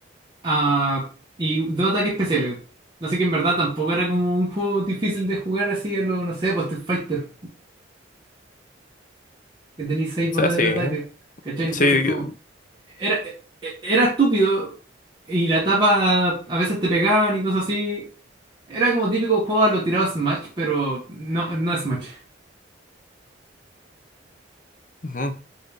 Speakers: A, on the right; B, on the left.
A: Ah, y dos ataques especiales. Así que en verdad tampoco era como un juego difícil de jugar así a lo, no sé, pues Street Fighter, que tenéis seis botones
B: O sea, sí.
A: de ataque. ¿Cachai? Entonces
B: Sí.
A: como... era, e, era estúpido y la tapa a veces te pegaban y cosas así. Era como típico juego a lo tirado a Smash, pero no, no es Smash.
B: ujú,